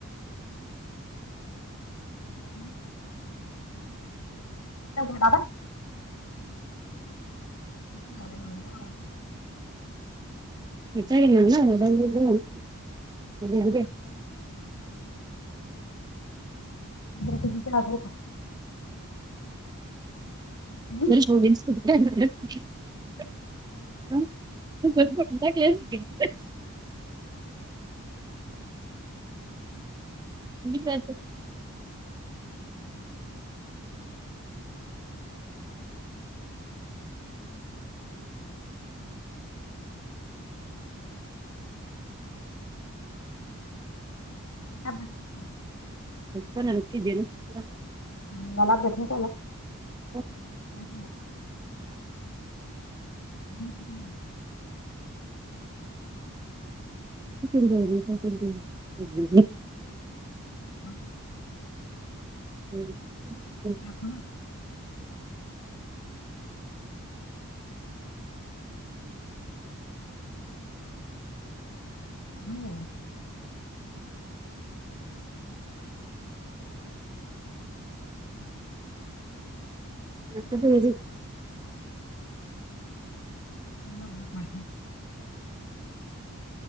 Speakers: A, on the left (about 75°); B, on the right (about 20°).
A: हम्म दादा तुमचं झालं म्हणून बरं वाटलं.
B: <unintelligible>
A: मर तती करो का <inaudible> हं?
B: गोंद <unintelligible> इन स <unintelligible> ी करसक <inaudible>
A: ह ब <unintelligible>
B: प ननकी देेन <unintelligible>
A: ह मला बसन केला <unintelligible>
B: ह
A: काय केला? <unintelligible>
B: घे,
A: हम्,
B: हम्,
A: दाखव ना. थांब जरा
B: पेरी
A: अला बत मझ <unintelligible>